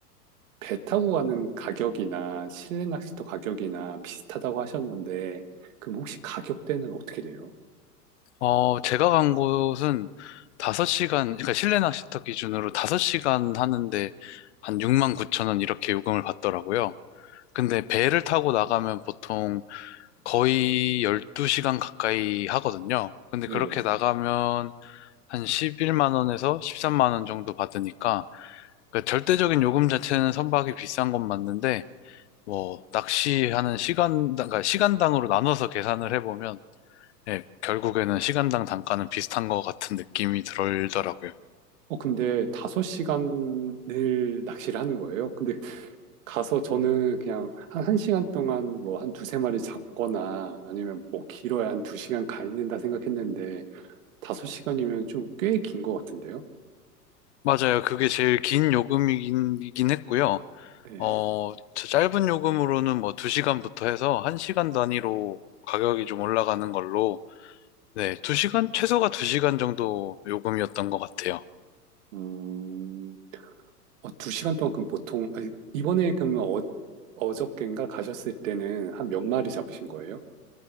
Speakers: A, on the right; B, on the left.
A: 배 타고 가는 가격이나 실내 낚시터 가격이나 비슷하다고 하셨는데 그럼 혹시 가격대는 어떻게 돼요?
B: 어, 제가 간 곳은 5시간, 그러니까 실내 낚시터 기준으로 5시간 하는데 한 6만 9천 원 이렇게 요금을 받더라고요. 근데 배를 타고 나가면 보통 거의 12시간 가까이 하거든요. 근데
A: 네네.
B: 그렇게 나가면 한 11만 원에서 13만 원 정도 받으니까 그 절대적인 요금 자체는 선박이 비싼 건 맞는데 뭐 낚시하는 시간 그러니까 시간당으로 나눠서 계산을 해보면 예, 결국에는 시간당 단가는 비슷한 것 같은 느낌이 들더라고요.
A: 어, 근데 다섯 시간을 낚시를 하는 거예요? 근데 가서 저는 그냥 한 1시간 동안 뭐 한 두세 마리 잡거나 아니면 뭐 길어야 한 2시간 가 있는다 생각했는데 5시간이면 좀 꽤 긴 것 같은데요?
B: 맞아요. 그게 제일 긴 요금이긴 했고요.
A: 네.
B: 어, 저 짧은 요금으로는 뭐 2시간부터 해서 1시간 단위로 가격이 좀 올라가는 걸로 네, 두시간 최소가 두시간 정도 요금이었던 것 같아요.
A: 음, 어, 2시간 동안 그럼 보통, 아니, 이번에 그러면 어, 어저껜가 가셨을 때는 한 몇 마리 잡으신 거예요?